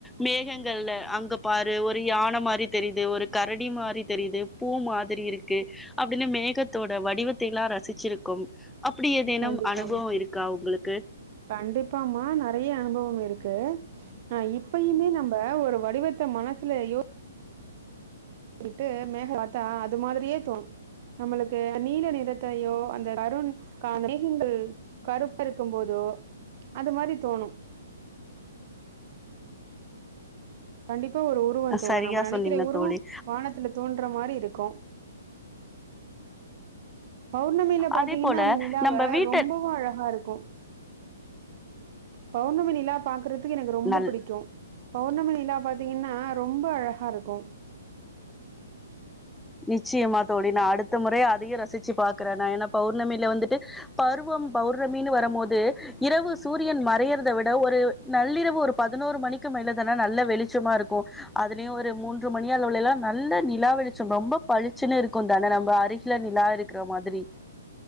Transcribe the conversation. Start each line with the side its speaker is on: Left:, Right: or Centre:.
Centre: மேகங்கள்ல அங்க பாரு ஒரு யான மாரி தெரிது ஒரு கரடி மாரி தெரிது பூ மாதிரி இருக்கு அப்படின்னு மேகத்தோட வடிவத்தை எல்லா ரசிச்சிருக்கும் அப்படி ஏதேனும்
Right: கண்டிப்பாமா
Centre: அனுபவ இருக்கா உங்களுக்கு
Right: கண்டிப்பாமா நெறைய அனுபவம் இருக்கு ஆ இப்பயுமே நம்ம ஒரு வடிவத்த மனசுல யூ கிச்சுட்டு மேகத்த பாத் தா அது மாதிரியே தோணு நம்மளுக்கு நீல நிறத்தையோ அந்த கரு மேகங்கள் கருப்ப இருக்கும் போதோ அது மாரி தோணு கண்டிப்பா ஒரு உருவ தோணு
Centre: சரியா
Right: நம்ம நெனைக்கிற
Centre: சொன்னீங்க
Right: உருவம்
Centre: தோழி
Right: வானத்துல தோன்ற மாரி இருக்கு பௌர்ணமில பாத்திங்கன்னா
Centre: அதே போல
Right: அந்த நிலாவ
Centre: நம்ம வீட்ட
Right: ரொம்பவு அழகா இருக்கு பௌர்ணமி நிலா பாக்குறதுக்கு எனக்கு ரொம்ப
Centre: நல்ல
Right: பிடிக்கு பௌர்ணமி நிலா பாத்திங்கன்னா ரொம்ப அழகா இருக்கு
Centre: நிச்சயமா தோழி நா அடுத்த முறை அதையு ரசிச்சு பாக்கற நா ஏனா பௌர்ணமில வந்துட்டு பருவம் பௌர்ணமின்னு வரம்போது இரவு சூரியன் மறையறத விட ஒரு நள்ளிரவு ஒரு பதினோரு மணிக்கு மேல தானா நல்ல வெளிச்சமா இருக்கு அதலியு ஒரு மூன்று மணி அளவுல எல்லா நல்ல நிலா வெளிச்சம் ரொம்ப பளிச்சுன்னு இருக்குந்தான நம்ம அருகில நிலா இருக்கிற மாதிரி